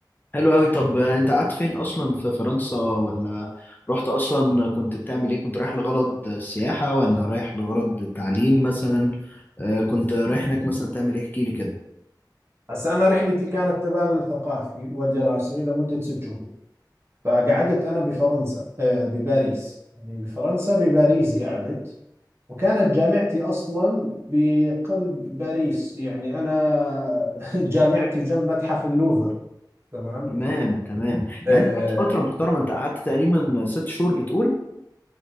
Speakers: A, on the left; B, on the right.
A: حلو قوي طب انت قعدت فين اصلا في فرنسا ولا رحت اصلا كنت بتعمل ايه كنت رايح لغرض سياحة ولا رايح لغرض تعليم مثلا آه، كنت رايح هناك مثلا تعمل ايه احكي لي كده
B: هسا أنا رحلتي كانت تبادل ثقافي ودراسي لمدة ست شهور فقعدت أنا بفرنسا آه، بباريس يعني بفرنسا بباريس قعدت وكانت جامعتي أصلا بقلب باريس يعني أنا <laughs> جامعتي جنب متحف اللوفر تمام
A: تمام تمام يعني
B: آه
A: انت قعدت فترة محترمة انت قعدت تقريبا ست شهور بتقول